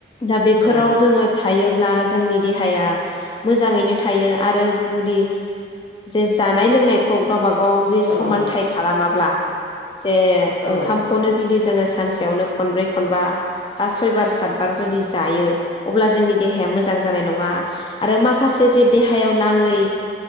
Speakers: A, on the left (about 25°); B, on the left (about 80°).
A: दा बेफोराव
B: औ
A: जोंङो थायो अब्ला जोंनि देहाया मोजांङैनो थायो आरो जुदि जे जानाय लोंनायखौ गावबा गाव जे समानथाय
B: औ
A: खालामाबा जे
B: औ
A: ओंखामखौनो जुदि जोंङो सानसेयावनो खनब्रै खनबा बा सयबार सातबार जुदि जायो अब्ला जोंनि देहाया मोजां जानाय नंङा आरो मा माखासे जे देहायाव नांङै